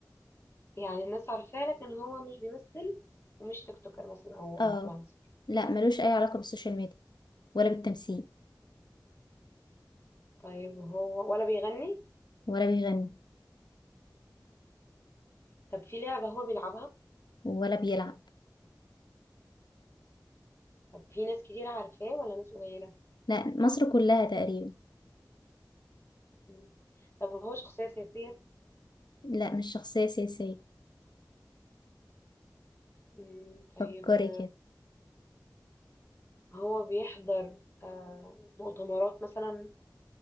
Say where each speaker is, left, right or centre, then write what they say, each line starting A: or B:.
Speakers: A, on the left; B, on the left.
A: يعني الناس عارفاه لكن هو مش بيمثل ومش تيك توكر مثلا او
B: اه
A: انفلونسر
B: لا ملوش اي علاقة بالسوشيال ميديا ولا بالتمثيل
A: طيب هو ولا بيغني
B: ولا بيغني
A: طب في لعبه هو بيلعبها
B: ولا بيلعب
A: طب في ناس كتير عارفاه ولا ناس قليله
B: لا مصر كلها تقريبا
A: مم. طب هو شخصيه سياسيه
B: لا مش شخصية سياسية
A: مم،
B: فكري
A: طيب
B: كده
A: هو بيحضر آه، مؤتمرات مثلا